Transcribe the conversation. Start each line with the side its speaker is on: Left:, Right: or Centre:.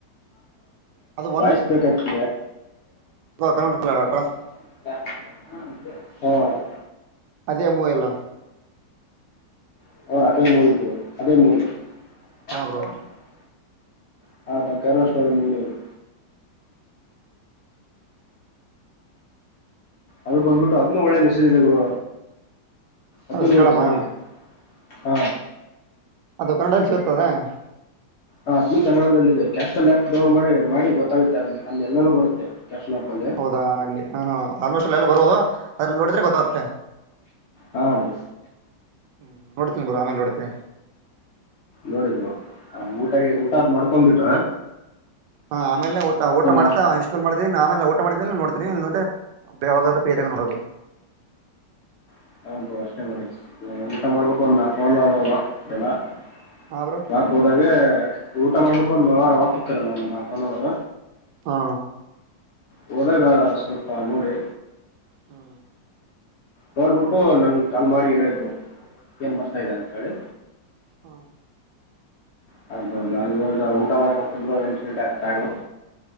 Right: ಅದು
Left: ವಾಯ್ಸ್ ಬೇಕಾಗ್ತಕ್
Right: ಕು
Left: ಹ್ಮ
Right: ಅದೇ ಮೂವೆಲ್ಲ
Left: <unintelligible> <inaudible>
Right: ಹಾ ಬ್ರೋ
Left: <unintelligible> ಸ್ಟೋರಿತ <unintelligible> ಅದು ಬಂದ್ಬಿಟ್ಟು ಅದ್ನ್ನು ಒಳ್ಳೆ ಮೆಸೇಜ್ ಇದೆ ಗುರು ಅದ್ನ್ನು
Right: ಅದು
Left: ನೋಡಿ
Right: ಕೇಳಮ್ಮ
Left: ಚೆನ್ನಾಗಿದೆ ಹಾ
Right: ಅದು ಕನ್ನಡದ <unintelligible> ಸಿ <unintelligible>
Left: ಹ್ ಅ್ಿ ಕನ್ನಡದದಲ್ಲಿ ಇದೆ ಕ್ಯಾಶ್ಲ್ ಆ್ಯಪ್ ಡೌನ್ಲೋಡ ಮಾಡಿ ಗೊತ್ತಾಗುತ್ತೆ ಅಲ್ಲಿ ಎಲ್ಲಾನೂ ಬರುತ್ತೆ ಕ್ಯಾಶ್ಲ್ ಆಪ್ ಅಲ್ಲಿ
Right: ಹೌ <unintelligible> ಬರ್ಬೋದು ಅ್ರಲ್ಲಿ ನೋಡಿದ್ರೆ ಗೊತ್ತಾಗತ್ತೆ
Left: ಹಾಲು
Right: <unintelligible> ಆಮೇಲ್ ನೋಡ್ತಿನಿ
Left: ನೋಡಿ ಬ್ರೋ ಊಟ ಊಟಾದ್ ಮಾಡ್ಕೊ್ಬಿಟ್ಟ
Right: ಹಾ ಆಮೇಲೆ ಊಟ ಊಟ ಮಾಡ್ತಾ
Left: ಆ್ಯಪ್
Right: ಇ <unintelligible> ಚಲ್ ಮಾಡೀನಿ ನಾವೇಲೆ ಊಟ ಮಾಡಿದೀ ನೋಡ್ತೀನ ಇಲ್ಲಂದ್ರವ ನೋದು
Left: <unintelligible>
Right: ಹಾ ಬ್ರೋ
Left: ಯಾಕ್ ಹೋದಾಗ ಊಟ ಮಾಡ್ಬಿಟ್ಟು ಒಂದು ಅವರ್ ಅವಾಗ ಹತರಲ್ಲ ಒಂದು ಹ ಆಫ್ ಒನ್ ಅವರ್
Right: ಹಾ
Left: ಹೋದಾಗ ಸ್ವಲ್ಪ ನೋಡಿ
Right: ಹ್ಮ
Left: ನೋಡ್ಬಿಟ್ಟು ನನ್ ಕಾಲ್ ಮಾಡಿ ಹೇಳಿ ಬ್ರೋ ಏನ್ ಬರ್ತಾ ಇದೆ ಅಂತ ಹೇಳಿ
Right: ಹಾ
Left: ಹ ನ ಇವಂದು ಊಟ ಮಾಡಕತ್ ಎಂಟು ಗಂಟ ಆಟಾಂಗು